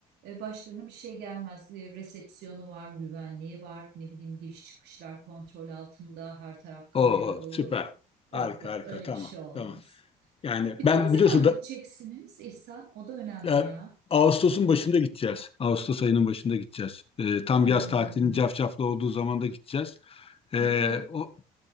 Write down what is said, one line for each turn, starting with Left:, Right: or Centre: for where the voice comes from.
Right: e, başlarına bir şey gelmez. E, resepsiyonu var, güvenliği var, ne bileyim giriş çıkışlar kontrol altında, her taraf kamera
Left: Oo,
Right: dolu.
Left: süper. Harika
Right: Yok yok
Left: harika.
Right: öyle
Left: Tamam.
Right: bir şey olmaz.
Left: Tamam. Yani
Right: Bir
Left: ben
Right: de ne zaman
Left: biliyorsun
Right: gideceksiniz
Left: da
Right: İhsan? O da önemli
Left: e,
Right: ya.
Left: Ağustos'un başında gideceğiz. Ağustos ayının başında gideceğiz. E, tam
Right: Hmm.
Left: yaz tatilinin cafcaflı olduğu zaman da gideceğiz. E,
Right: Peki.
Left: o,